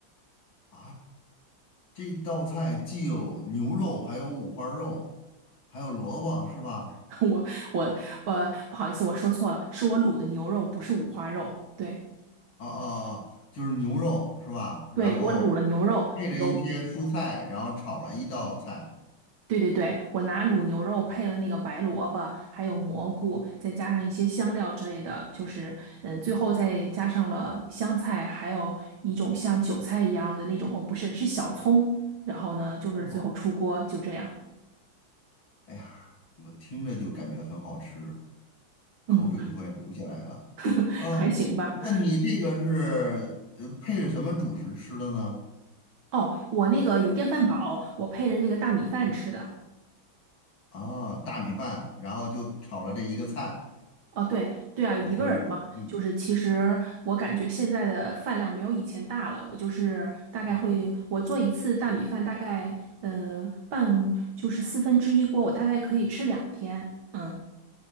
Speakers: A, on the left; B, on the right.
A: 啊？这道菜既有牛肉，还有五花肉，还有萝卜，是吧？
B: <laughs> 我我呃不好意思，我说错了，是我卤的牛肉，不是五花肉。对
A: 啊啊啊，就是牛肉是吧？
B: 对，
A: 然后
B: 我卤了牛肉，
A: 配着一些蔬菜，
B: 有
A: 然后炒了一道菜。
B: 对对对，我拿卤牛肉配了那个白萝卜，还有蘑菇，再加上一些香料之类的，就是嗯，最后再加上了香菜，还有一种像韭菜一样的那种，哦，不是，是小葱。然后呢，就是最后出锅就这样，
A: 哦，哎呀，我听着就感觉很好吃，
B: 嗯，
A: 口水都快流下来了。
B: <laughs>
A: 哦，
B: 还行吧。
A: 那你这个是呃配着什么主食吃的呢？
B: 哦，我那个有电饭煲，我配着那个大米饭吃的。
A: 啊，大米饭，然后就炒了这一个菜，
B: 哦，对对啊，
A: 等于说是，
B: 有一个人儿嘛，
A: 嗯
B: 就是其实我感觉现在的饭量没有以前大了。我就是大概会，
A: 嗯。
B: 我做一次大米饭，大概呃半就是四分之一锅，我大概可以吃两天。嗯，